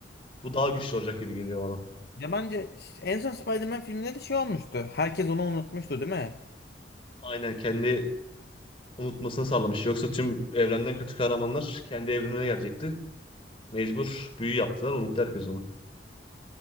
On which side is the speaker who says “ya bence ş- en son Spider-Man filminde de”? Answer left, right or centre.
Left